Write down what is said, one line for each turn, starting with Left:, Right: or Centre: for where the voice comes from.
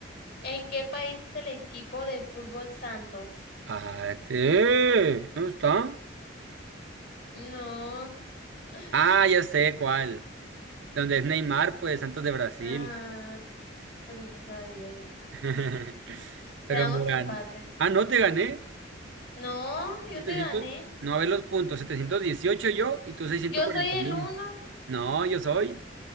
Left: ¿En qué país es el equipo de fútbol Santos?
Right: Ah, este. ¿No está?
Left: No. <laughs>
Right: Ah, ya sé cuál. Donde es Neymar, pues Santos de Brasil.
Left: Ah, pues no sabía yo.
Right: <laughs>
Left: Quedamos
Right: Pero me
Left: empate.
Right: gan- Ah, no te gané.
Left: No, yo
Right: 700.
Left: te gané.
Right: No, a ver los puntos. 718 yo y tú 641.
Left: Yo soy el uno.
Right: No, yo soy.